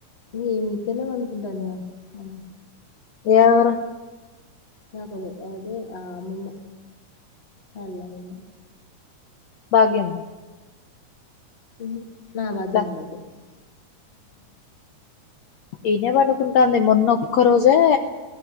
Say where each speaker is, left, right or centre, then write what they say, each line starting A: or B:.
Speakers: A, on the left; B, on the left.
A: మి ఇక్కన్నే పండునకుంటాంది గా అమే
B: ఎవరు
A: నాకులు అదే ఆ అమ్మమ్మ చల్ అమమ్మ
B: భాగ్యమ్మా
A: మ్ హు ఆ భాగ్యమ్మ
B: లా
A: భాగ్యమ్మే
B: <unintelligible> పనుకుంటాంది మొన్న ఒక్క రోజే